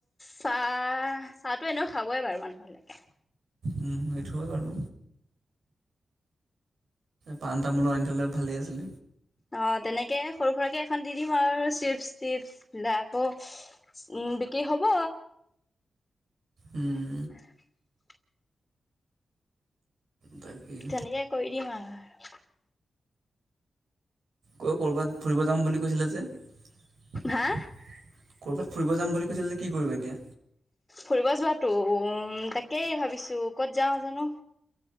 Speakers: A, on the left; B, on the right.
A: চাহ চাহটো এনেও খাবৈ বাৰু মানুহলৈকে।
B: উম সেইটো হয় বাৰু। পাণ তামোলো আনি থ'লে ভালেই আছিল।
A: অ তেনেকে সৰু সুৰাকে এখন দি দিম আৰু চিপচ টিপছ বিলাকো উ বিক্ৰী হ'ব।
B: উম।
A: <inaudible>
B: তাকেই
A: তেনেকে কৰি দিম আও। <unintelligible>
B: গৈ কৰবাত ফুৰিব যাম বুলি কৈছিলা যে? <unintelligible>
A: হা
B: ফুৰিব যাম বুলি কৈছে যে কি কৰিবা এতিয়া?
A: ফুৰিব যোৱাটো উম তাকেই ভাবিছো ক'ত যাওঁ জানো